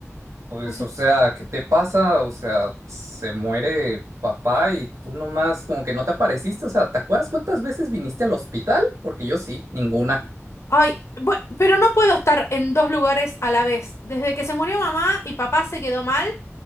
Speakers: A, on the right; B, on the left.
A: Pues,
B: No sé.
A: o sea, ¿qué te pasa? O sea, se muere papá y tú nomás como que no te apareciste. O sea, ¿te acuerdas cuántas veces viniste al hospital? Porque yo sí, ninguna.
B: Ay, bue- pero no puedo estar en dos lugares a la vez. Desde que se murió mamá y papá se quedó mal,